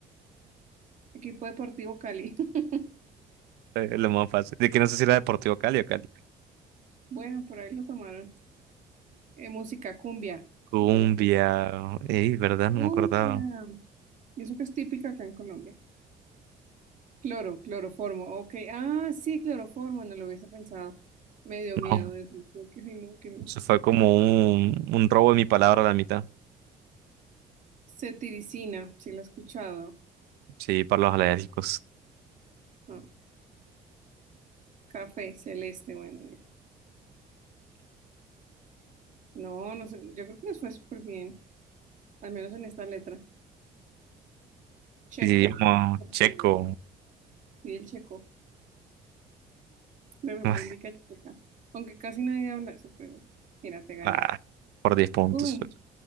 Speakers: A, on the right (about 50°); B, on the right (about 80°).
A: Equipo deportivo Cali. <laughs>
B: Es lo más fácil. De que no sé si era Deportivo Cali o Cali.
A: Bueno, por ahí lo tomaron. Eh, música, cumbia.
B: Cumbia.
A: Esa la puse.
B: Ey, ¿verdad? No
A: Cumbia.
B: me acordaba.
A: Y eso que es típica acá en Colombia. Cloro, cloroformo. Ok. Ah, sí, cloroformo. No lo hubiese pensado. Me dio
B: No.
A: miedo eso. Creo que- Ay, no, qué miedo.
B: Eso fue como un, un robo de mi palabra a la mitad.
A: Cetiricina. Sí, la he escuchado.
B: Sí, para los alérgicos.
A: Ah, café, celeste. Bueno, ya. No, no sé, yo creo que nos fue súper bien, al menos en esta letra. Checo,
B: Y digamos, checo.
A: yo. Y el checo, de República
B: <laughs>
A: Checa. Aunque casi nadie habla eso, pero igual. Mira, te gané.
B: Ah, por diez puntos.
A: ¡Boom!